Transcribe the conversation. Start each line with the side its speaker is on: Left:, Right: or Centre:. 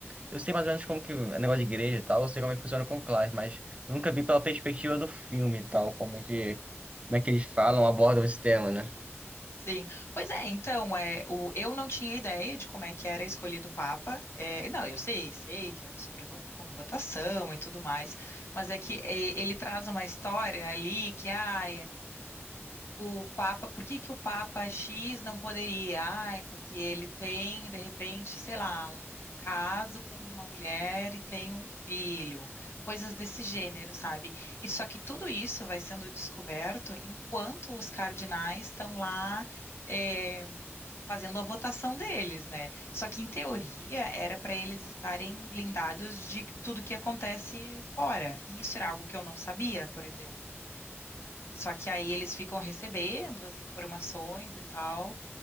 Right: eu sei mais ou menos como que é negócio de igreja e tal, eu sei como é que funciona com o Clive, mas nunca vi pela perspectiva do filme e tal, como é que, como é que eles falam, abordam esse tema, né?
Left: Sim. Pois é, então, é, o, eu não tinha ideia de como é que era escolhido o Papa. É, não, eu sei, sei que era sobre vo- com votação e tudo mais, mas é que é, ele traz uma história ali que, ah, o Papa, por que que o Papa X não poderia? Ai, porque ele tem, de repente, sei lá, um caso com uma mulher e tem um filho, coisas desse gênero, sabe? E só que tudo isso vai sendo descoberto enquanto os cardinais estão lá. eh, fazendo a votação deles, né? Só que em teoria era para eles estarem blindados de tudo que acontece fora. E isso era algo que eu não sabia, por exemplo. Só que aí eles ficam recebendo as informações e tal.